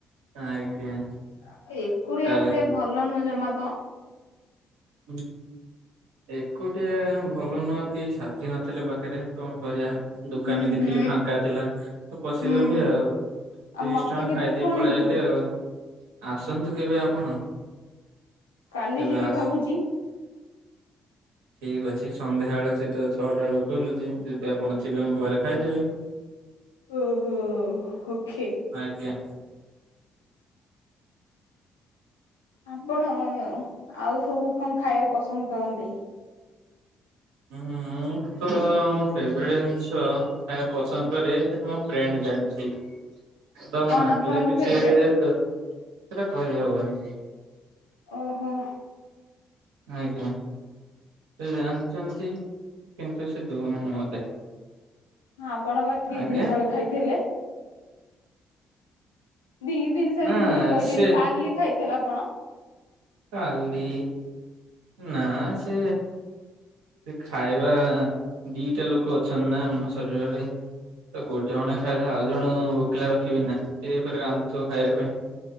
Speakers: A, on the right; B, on the left.
A: ଆଜ୍ଞା।
B: ଆ ଏକୁଟିଆ
A: ତାହେଲେ
B: ଏକୁଟିଆ ଭଲ ନୁହଁ ଜମା ତ।
A: ହୁଁ। ଏକୁଟିଆ ଭଲ ନୁହଁ କି ସାଥି ନଥିଲେ ପାଖେରେ କଣ କରିବା। ଦୋକାନରେ
B: ହୁଁ
A: ଦେଖିଲି
B: ହୁଁ
A: ଫାଙ୍କା ଥିଲା ତ ପଶିଗଲି
B: ହୁଁ
A: ଆଉ।
B: ଆଉ
A: ତିରିଶ
B: ମତେ
A: ଟଙ୍କା
B: କେବେ
A: ଖାଇଦେଇ
B: ଖୁଆନ୍ତୁ
A: ପଳେଇ ଆଇଲି ଆଉ ଆସନ୍ତୁ କେବେ ଆପଣ।
B: କାଲି
A: କେବେ
B: ଯିବି
A: ଆସ
B: ଭାବୁଚି।
A: ଠିକ ଅଛି ସନ୍ଧ୍ୟାବେଳେ ସେ ତ ଛଅଟା ବେଳୁକୁ ଖୋଲୁଚି ଯଦି ଆପଣ ଥିବେ ମୋ ପାଖରେ ଖାଇଦେବେ।
B: ଓହୋ ଓଖେ।
A: ଆଜ୍ଞା।
B: ଆପଣ ଆଉ ସବୁ କଣ ଖାଇବାକୁ ପସନ୍ଦ କରନ୍ତି?
A: ଉଁହୁଁ ମୁଁ ତ ମୋ ଫେବରେଟ ଜିନଷ ଖାଇବାକୁ ପସନ୍ଦ କରେ ମୋ ଫ୍ରେଣ୍ଡ ଜାଣିଚି।
B: <unintelligible>
A: ତାକୁ ମାଗିଲେ
B: ଆପଣଙ୍କ
A: ବି
B: ଫେବରେଟ୍?
A: ସେ ଦ ସେଟା କହି ହବନି।
B: ଓହୋ।
A: ଆଜ୍ଞା ସେ ଜାଣଚନ୍ତି କିନ୍ତୁ ସେ ଦୋଉନାହିଁ ମତେ।
B: ହଁ ଆପଣ ପା ଦି
A: ଆଜ୍ଞା
B: ଦିନ ତଳେ ଖାଇଥିଲେ। ଦି ଦିନ ସରି
A: ନା
B: ଭୁଲ କହିଦେଲି
A: ସେ
B: କାଲି ଖାଇଥିଲେ ଆପଣ।
A: କାଲି। ନାଁ ସେ। ସେ ଖାଇବା ଦିଟା ଲୋକ ଅଛନ୍ତି ନା ଆମ ଶରୀରରେ। ତ ଗୋଟ ଜଣେ ଖାଇଲେ ଆଉ ଜଣ ଭୋକିଲା ରଖିବି ନା ସିଏ ଫେରେ ରାନ୍ଧୁଥିବ ଖାଇବା ପାଇଁ।